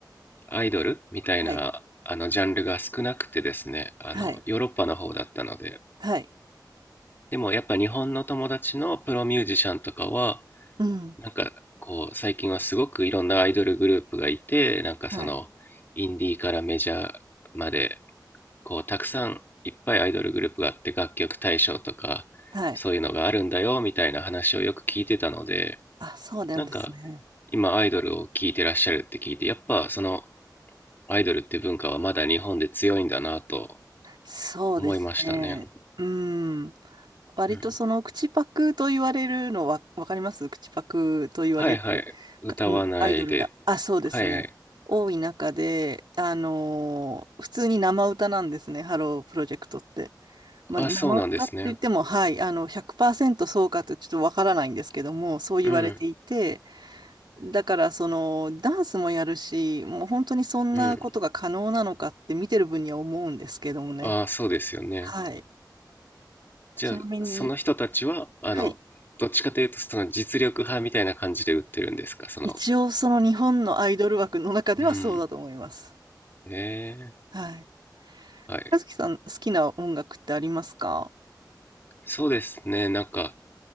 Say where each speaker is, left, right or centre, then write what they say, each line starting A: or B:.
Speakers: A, on the left; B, on the right.
A: アイドルみたいな、
B: はい。
A: あの、ジャンルが少なくてですね、あの、
B: はい。
A: ヨーロッパの方だったので、
B: はい。
A: でもやっぱ日本の友達のプロミュージシャンとかは、
B: うん。
A: なんか、こう、最近はすごくいろんなアイドルグループがいて、なんかその、
B: はい。
A: インディーからメジャーまで、こうたくさんいっぱいアイドルグループがあって楽曲大賞とかそういうのがあるんだよみたいな話をよく聞いてたので
B: はい。あ、そうなんですね。
A: なんか今アイドルを聞いてらっしゃるって聞いてやっぱそのアイドルって文化はまだ日本で強いんだなと
B: そうですね。
A: 思いましたね、
B: うん。割とその口パクと言われるのは、
A: うん、
B: わかります口パクと言われる、
A: はいはい歌わないで
B: かうん、アイドルが。あ、そうですね。
A: はいはい
B: 多い中で、あのー普通に生歌なんですね。ハロープロジェクトって。まあ、
A: あそうなんですね
B: 生歌って言っても、はい、あの、100%そうかとちょっとわからないんですけども、そう言われていて、
A: うん
B: だから、その、ダンスもやるし、もう本当にそんなことが可能なのかって見てる分には思うんですけどもね。
A: うんあそうですよね
B: はい。
A: じゃあその人たちはあのどっちかというとその実力派みたいな感じで売ってるんですかその
B: ちなみに、はい。一応、その日本のアイドル枠の中ではそうだと思います。
A: うんえ
B: はい。
A: ー、はい。
B: 和樹さん、好きな音楽ってありますか
A: そうですね。なんか、